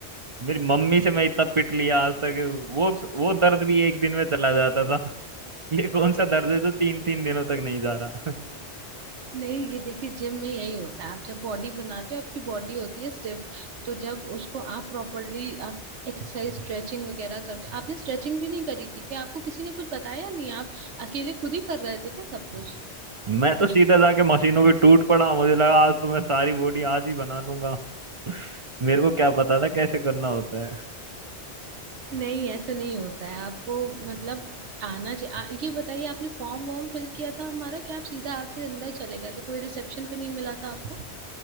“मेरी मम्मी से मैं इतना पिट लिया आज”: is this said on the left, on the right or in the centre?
Right